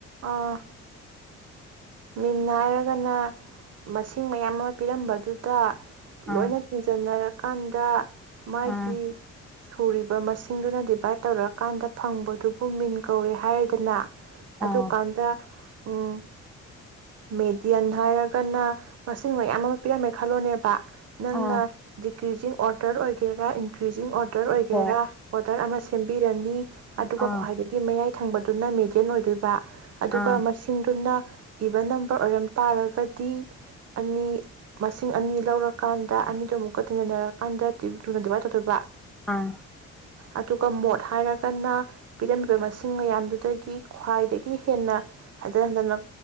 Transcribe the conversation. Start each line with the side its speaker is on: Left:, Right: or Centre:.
Right: ꯑꯥ ꯃꯤꯟ ꯍꯥꯏꯔꯒꯅ ꯃꯁꯤꯡ ꯃꯌꯥꯝ ꯑꯃ ꯄꯤꯔꯝꯕꯗꯨꯗ
Centre: ꯑꯥ
Right: ꯂꯣꯏꯅ ꯇꯤꯟꯖꯟꯅꯔꯛ ꯀꯟꯗ ꯃꯥꯒꯤ
Centre: ꯑꯥ
Right: ꯁꯨꯔꯤꯕ ꯃꯁꯤꯡꯗꯨꯅ ꯗꯤꯚꯥꯏꯠ ꯇꯧꯔꯛꯀꯥꯟꯗ ꯐꯪꯕꯗꯨꯕꯨ ꯃꯤꯟ ꯀꯧꯔꯦ ꯍꯥꯏꯔ ꯗꯅ ꯑꯗꯨꯀꯥꯟꯗ
Centre: ꯑꯥ
Right: ꯎꯝ ꯃꯦꯗꯤꯌꯟ ꯍꯥꯏꯔꯒꯅ ꯃꯁꯤꯡ ꯃꯌꯥꯝ ꯑꯃ ꯄꯤꯔꯝꯃꯦ ꯈꯜꯂꯣꯅꯦꯕ ꯅꯪꯅ
Centre: ꯑꯥ
Right: ꯭ꯏꯔꯤꯖꯤꯡ ꯋꯥꯇꯔ ꯑꯣꯏꯒꯦꯔꯥꯟ ꯒ꯭ꯔꯤꯖꯤꯡ ꯑꯣꯗꯔ ꯑꯣꯏꯒꯦꯔꯥ
Centre: ꯍꯣꯏ
Right: ꯑꯣꯔꯗꯔ ꯑꯃ ꯁꯦꯝꯕꯤꯔꯅꯤ ꯑꯗꯨꯒ
Centre: ꯑꯥ
Right: ꯈ꯭ꯋꯥꯏꯗꯒꯤ ꯃꯌꯥꯏ ꯊꯪꯕꯗꯨꯅ ꯃꯦꯗꯤꯌꯟ ꯑꯣꯏꯗꯣꯏꯕ ꯑꯗꯨꯒ
Centre: ꯑꯥ
Right: ꯃꯁꯤꯡꯗꯨꯅ ꯏꯚꯟ ꯅꯝꯕꯔ ꯑꯣꯏꯔꯝ ꯇꯥꯔꯒꯗꯤ ꯑꯅꯤ ꯃꯁꯤꯡ ꯑꯅꯤ ꯂꯧꯔꯀꯥꯟꯗ ꯑꯅꯤꯗꯣ ꯑꯃꯨꯛꯀ ꯇꯤꯟꯖꯟꯅꯔꯀꯥꯟꯗ ꯇ ꯇꯨꯅ ꯗꯤꯚꯥꯏꯠ ꯇꯧꯗꯣꯏꯕ
Centre: ꯑꯥ
Right: ꯑꯗꯨꯒ ꯃꯣꯠ ꯍꯥꯏꯔꯒꯅ ꯄꯤꯔꯝꯃꯤꯕ ꯃꯁꯤꯡ ꯃꯌꯥꯝꯗꯨꯗꯒꯤ ꯈ꯭ꯋꯥꯏꯗꯒꯤ ꯍꯦꯟꯅ ꯍꯟꯖꯟ ꯍꯟꯖꯟꯅ